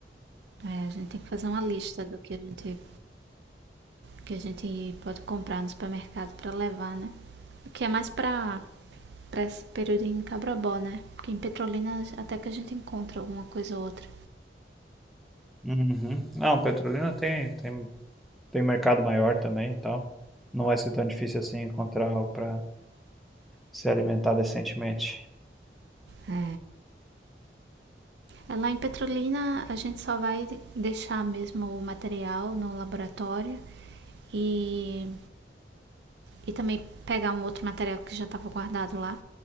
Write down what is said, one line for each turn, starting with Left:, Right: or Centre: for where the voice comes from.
Right: É, a gente tem que fazer uma lista do que a gente, que a gente pode comprar no supermercado pra levar, né? Que é mais pra, pra esse período em Cabrobó, né? Porque em Petrolina até que a gente encontra alguma coisa ou outra.
Centre: Uhum. Não, Petrolina tem, tem, tem mercado maior também, então não vai ser tão difícil assim encontrar algo para se alimentar decentemente.
Right: É. Lá em Petrolina a gente só vai deixar mesmo o material no laboratório e, e também pegar um outro material que já estava guardado lá